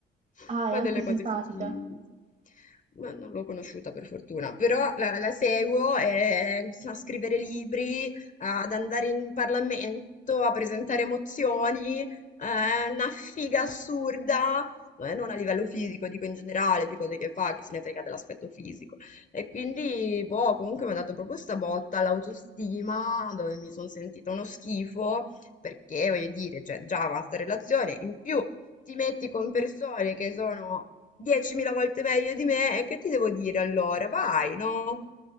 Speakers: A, on the left; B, on the right.
A: <laughs>
B: Ah,
A: fa
B: è anche
A: delle
B: simpatica?
A: cose fichi. Ma non l'ho conosciuta per fortuna, però la, la seguo eh, a scrivere libri, ad andare in Parlamento, a presentare mozioni, eh, una figa assurda, eh, non a livello fisico, dico in generale, di cose che fa, chi se ne frega dell'aspetto fisico. E quindi, boh, comunque mi ha dato proprio sta botta all'autostima, dove mi sono sentita uno schifo, perché voglio dire, cioè, già avanza relazione, in più ti metti con persone che sono 10.000 volte meglio di me e che ti devo dire allora? Vai, no?